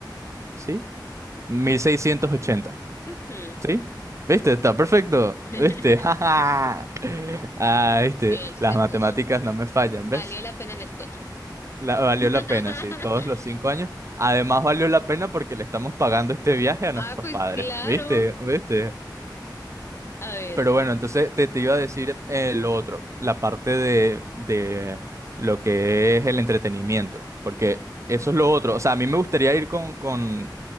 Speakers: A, on the right; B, on the left.
A: ¿Sí? mil seiscientos ochenta
B: ujú.
A: ¿Sí? ¿Viste? Está perfecto.
B: <laughs>
A: ¿Viste? <laughs> ¡Ja, ja! Ah, ¿viste?
B: Bien, sí
A: Las
B: se
A: matemáticas
B: pudo.
A: no me fallan, ¿ves?
B: Valió la pena la escuela.
A: La- valió
B: <laughs>
A: la pena, sí, todos los cinco años. Además, valió la pena porque le estamos pagando este viaje a nuestros
B: Ah, pues
A: padres.
B: claro.
A: ¿Viste? ¿Viste?
B: A ver.
A: Pero bueno, entonces te, te iba a decir eh, lo otro, la parte de, de lo que es el entretenimiento, porque eso es lo otro. O sea, a mí me gustaría ir con, con,